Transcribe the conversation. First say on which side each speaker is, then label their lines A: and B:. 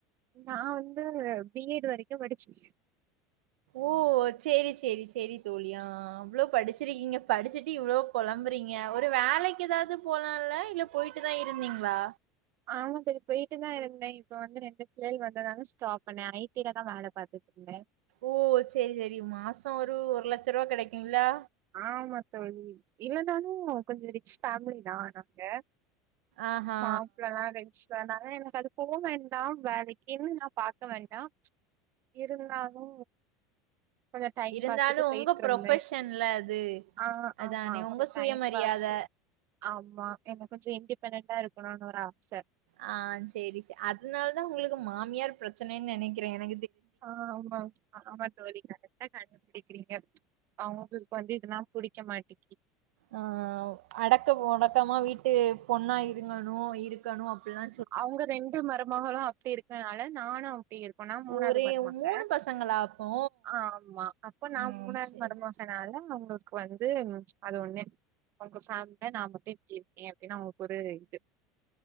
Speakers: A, on the right; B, on the right.
A: நா வந்து பி எட் வரை எப்டியோ படிச்சு
B: ஓ சேரி சேரி சேரி தோழி ஆ அவ்ளோ படிச்சிருக்கீங்க படிச்சுட்டு இவ்ளோ புழம்பறீங்க ஒரு வேலைக்கு எதாது போலால்ல இல்ல போயிட்டுதா இருந்தீங்ளா
A: ஆமா தோழி போயிட்டுதா இருந்தேன் இப்ப வந்து ரெண்டு பிள்ளைகள் வந்ததனால ஸ்டாப் பண்ணே ஐ டிலதா வேல பாத்துட்டு இருந்த
B: ஓ சேரி சேரி மாசோ ஒரு ஒரு லட்சரூவா கெடைக்குங்லா
A: ஆமா தோழி இல்லனாலு கொஞ்சோ ரிச் ஃபேமிலிதா நாங்க
B: ஆஹா
A: மாப்ளதா ரிச் வேண்டாங்க எனக்கு அது போ வேண்டா வேலைக்குன்னு நா பாத்த மாரிதா இருந்தாலு கொஞ்சோ டைம்
B: இருந்தாலு
A: பாஸுக்கு போய்ட்டு
B: உங்க
A: இருந்த
B: ப்ரொஃபஷன்ல அது
A: ஆ
B: அதானே
A: ஆமா
B: உங்க
A: ஒரு
B: சுயமரியாத
A: டைம் பாஸு ஆமா எனக்கு கொஞ்சோ இன்டிபெண்டண்டா இருக்கணுனு ஒரு ஆச
B: ஆ சேரி சே அதுனாலதா உங்களுக்கு மாமியார் பிரச்சனைனு நெனைக்கிற என
A: ஆ ஆமா ஆமா தோழி கரெக்டா கண்டுபிடிக்கறீங்க அவுங்களுக்கு வந்து இதெல்லா புடிக்கமாட்டீக்கி
B: ஆ அடக்க ஒடக்கமா வீட்டு பொண்ணா இருங்ணு இருக்கணு அப்பில்லா
A: அவுங்க இரண்டு மருமகளு அப்டி இருக்கனால நானு அப்டி இருக்கனா மூணாது
B: ஒரே
A: மருமக
B: மூணு பசங்களா அப்போ
A: ஆமா அப்ப நா
B: ம்
A: மூணாது
B: சேரி
A: மரும கனால அவுங்களுக்கு வந்து அது ஒண்ணு <unintelligible> சாண்டனா மட்டு இப்டி இருக்கேன் அப்டின்னு அவுங்களுக்கு ஒரு இது